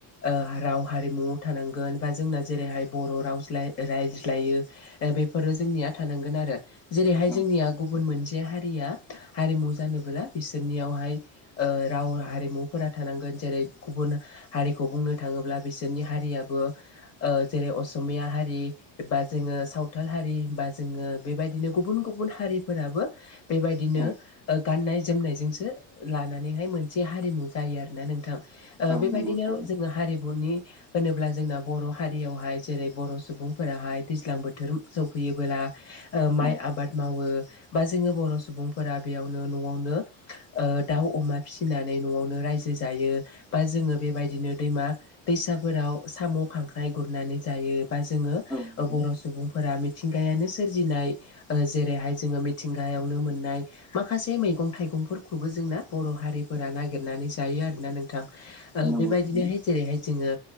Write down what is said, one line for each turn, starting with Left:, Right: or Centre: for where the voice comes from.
Left: ओ राव हारिमुआव थानांगोन बा जोंना जेरैहाय बर' रावज्लाव रायज्लायो दा बेफोरो जोंनिया थानांगोन आरो जेरैहाय
Centre: औ
Left: जोंनिया गुबुन मोन से हारिया हारिमु जानोबोला बिसोरनियावहाय ओ राव हारिमुफोरा थानांगोन जेरै गुबुन हारिखौ बुंनो थाङोब्ला बिसोरनि हारियाबो ओ जेरै असमिया हारि बा जोङो सावथाल हारि बा जोङो बेबायदिनो गुबुन गुबुन हारिफोराबो बेबायदिनो
Centre: औ
Left: ओ गाननाय जोमनायजोंसो लानानैहाय मोनसे हारिमु जायो आरोना नोंथां ओ
Centre: औ
Left: बेबायदिनो
Centre: नंगौ थारैनो
Left: जोङो हारिमुनि होनोब्ला जोंना बर' हारियावहाय जेरै बर' सुबुंफोराहाय दैज्लां बो थोर सौफैयो ओ माइ
Centre: औ
Left: आबाद मावो बा जोङो बर' सुबुंफोरा बेयावनो न'वावनो ओ दाउ अमा फिसिनानै न'वावनो रायजो जायो बा जोङो बेबायदिनो दैमा दैसाफोराव साम' खांख्राइ गुरनानै जायो। बा जोङो
Centre: औ
Left: ओ
Centre: नंगौ
Left: बर'
Centre: औ
Left: सुबुंफोरा मिथिंगायानो सोरजिनाय ओ जेरैहाय जोङो मिथिंगायावनो मोननाय माखासे मैगं थाइगंफोरखौबो जोंना बर' हारिफोरा नागिरनानै जायो आरोना नोंथां ओ
Centre: नंगौ
Left: बेबायदिनोहाय
Centre: थारैनो
Left: जेरैहाय जोङो